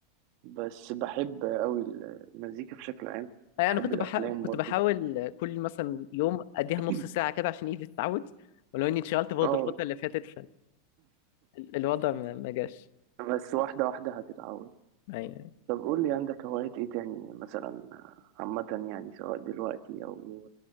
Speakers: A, on the right; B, on the left.
A: بس بحب قوي المزيكا بشكل عام
B: أيوة،
A: بحب
B: انا كنت
A: الافلام
B: بح... كنت
A: برضو
B: بحاول كل مثلا يوم اديها
A: <clears throat>
B: نص ساعه كده عشان ايدي تتعود ولو اني اتشغلت برضه
A: اه
B: الفتره اللي فاتت فالوضع ما... ما جاش
A: <laughs> بس واحدة واحدة هتتعود
B: ايوه
A: طب قول لي عندك هوايات ايه تاني مثلا عامة يعني سواء دلوقتي او